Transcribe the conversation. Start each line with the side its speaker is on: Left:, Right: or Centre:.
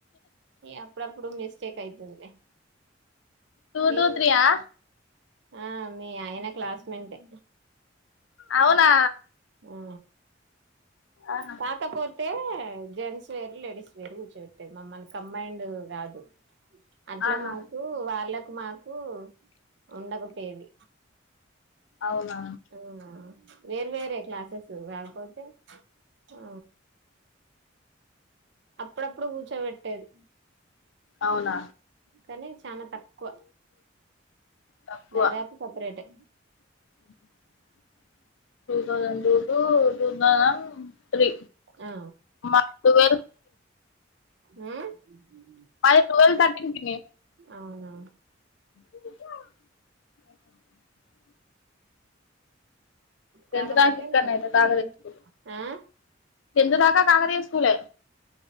Right: అప్పుడు అప్పుడు మిస్టేక్ అయితుంది
Left: టూ
Right: మీ
Left: టూ త్రీ ఆ
Right: ఆ మీ ఆయన క్లాస్ మెంటే.
Left: అవునా
Right: ఆ
Left: ఆహా
Right: కాకపో తే జెంట్స్ వేరు లేడీస్ వేరు కూర్చోబెట్టే మమ్మల్ని కంబైండ్ కాదు. అట్లా
Left: ఆహా
Right: మాకు వాళ్ళకు మాకు ఉండక పోయేది.
Left: అవునా
Right: ఆ వేరు వేరే క్లాసేస్ రాపోతే. ఆ అప్పుడప్పుడు కూర్చోబెట్టేది.
Left: అవున.
Right: కానీ చాన తక్కువ
Left: తక్కువ
Right: దాదాపు సపరేటే.
Left: <unintelligible> Two thousand two two two thousand three
Right: ఆ
Left: మా టువెల్.
Right: హ్మ్మ్
Left: మాది టు వెల్ తటీన్ పిన్ని.
Right: అవున.
Left: కా. <unintelligible> టెన్
Right: కాకపోతే
Left: త్ దాకా ఇక్కడనే కాకతీయ
Right: చి
Left: స్కూలు
Right: ఆ
Left: టెన్ త్ దాకా కాకతీయ స్కూల్లో.